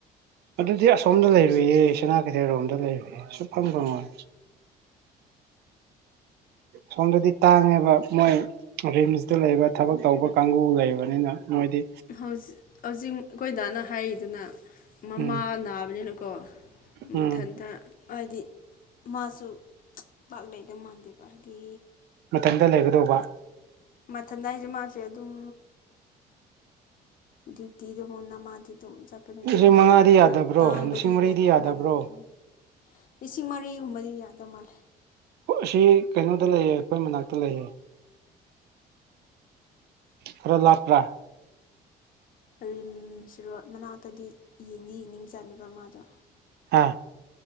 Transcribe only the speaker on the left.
ꯍꯧꯖꯤꯛ ꯍꯧꯖꯤꯛ ꯑꯩꯈꯣꯏ ꯗꯥꯅ ꯍꯥꯏꯔꯤꯗꯨꯅ ꯃꯃꯥ
ꯅꯥꯕꯅꯤꯅꯀꯣ
ꯃꯊꯟꯇ ꯍꯥꯏꯗꯤ ꯑꯗꯨ ꯄꯥꯛ ꯂꯩꯇ ꯃꯥꯟꯗꯦꯕ ꯍꯥꯏꯗꯤ
ꯃꯊꯟꯗ ꯍꯥꯏꯁꯦ ꯃꯥꯁꯦ ꯑꯗꯨꯝ ꯗ꯭ꯌꯨꯇꯤꯗ ꯃꯟꯅ ꯃꯥꯗꯤ ꯑꯗꯨꯝ ꯆꯠꯄꯅꯤꯅ
ꯈꯪꯗꯦ
ꯌꯥꯝ ꯇꯥꯡꯕꯗꯤ
ꯉꯝꯃꯣꯏꯅꯦ ꯂꯤꯁꯤꯡ ꯃꯔꯤꯒꯨꯝꯕꯗꯤ ꯌꯥꯗꯧ ꯃꯥꯜꯂꯦ
ꯔꯤꯝꯁ ꯔꯣꯠ ꯃꯅꯥꯛꯇꯗꯤ ꯌꯦꯡꯅꯤ ꯌꯦꯡꯅꯤꯡꯖꯥꯠꯅꯦꯕ꯭ꯔ ꯃꯥꯗꯣ